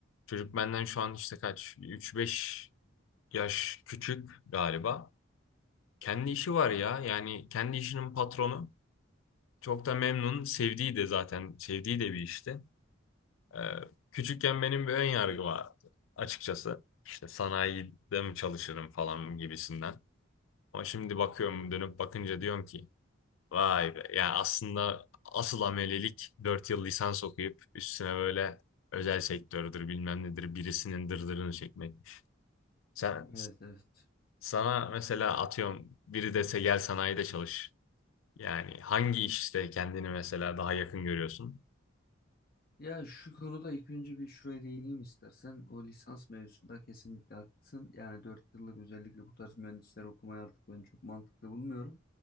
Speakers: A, on the left; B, on the left.
A: Çocuk benden şu an işte kaç? üç beş yaş küçük galiba. Kendi işi var ya. Yani kendi işinin patronu. Çok da memnun. Sevdiği de zaten sevdiği de bir işti. Ee, küçükken benim bir ön yargı vardı açıkçası. İşte sanayide mi çalışırım falan gibisinden. Ama şimdi bakıyorum dönüp bakınca diyorum ki vay be. Yani aslında asıl amelelik 4 yıl lisans okuyup üstüne böyle özel sektördür bilmem nedir birisinin dırdırını çekmekmiş. Sen,
B: Evet evet.
A: sana mesela atıyorum biri dese gel sanayide çalış. Yani hangi işte kendini mesela daha yakın görüyorsun?
B: Ya şu konuda ilk önce bir şuraya değineyim istersen. O lisans mevzusunda kesinlikle haklısın. Yani dört yıllık özellikle bu tarz mühendisleri okumayı artık ben çok mantıklı bulmuyorum.